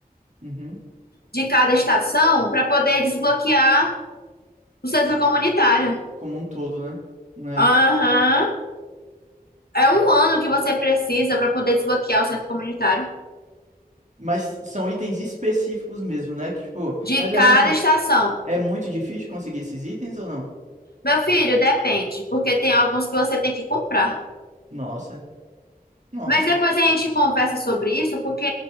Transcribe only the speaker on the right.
Uhum.
Como um todo, né? Né?
Mas são itens específicos mesmo, né? Que, Tipo,
mas é
muito,
é muito difícil conseguir esses itens ou não?
Nossa, nossa.